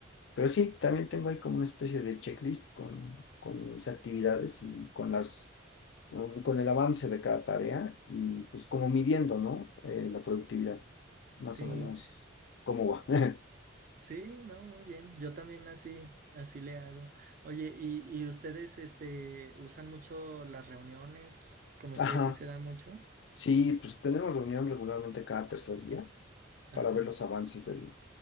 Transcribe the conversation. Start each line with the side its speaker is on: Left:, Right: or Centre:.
Left: Pero sí, también tengo ahí como una especie de checklist con, con mis actividades y con las, mm, con el avance de cada tarea y pues como midiendo, ¿no? Eh, la productividad, más
Right: Sí,
Left: o menos cómo va. <laughs>
Right: sí, no, muy bien. Yo también así, así le hago. Oye, ¿y, y ustedes, este, usan mucho las reuniones? ¿Con ustedes
Left: Ajá,
Right: sí se da mucho?
Left: sí, pues tenemos reunión regularmente cada tercer día
Right: Ajá,
Left: para ver los avances del,